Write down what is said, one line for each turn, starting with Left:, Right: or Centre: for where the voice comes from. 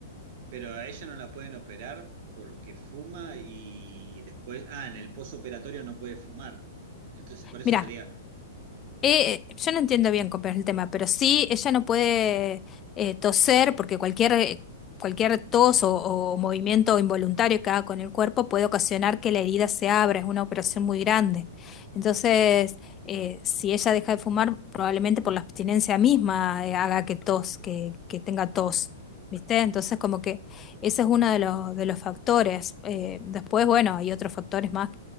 Right: Pero a ella no la pueden operar porque fuma y después, ah, en el posoperatorio no puede fumar. Entonces, por eso
Left: Mira,
Right: sería...
Left: Eh, yo no entiendo bien cómo es el tema, pero sí, ella no puede eh, toser porque cualquier, eh, cualquier tos o, o movimiento involuntario que haga con el cuerpo puede ocasionar que la herida se abra, es una operación muy grande. Entonces, eh, si ella deja de fumar, probablemente por la abstinencia misma eh, haga que tos, que, que tenga tos. ¿Viste? Entonces, como que ese es uno de los, de los factores. Eh, después, bueno, hay otros factores más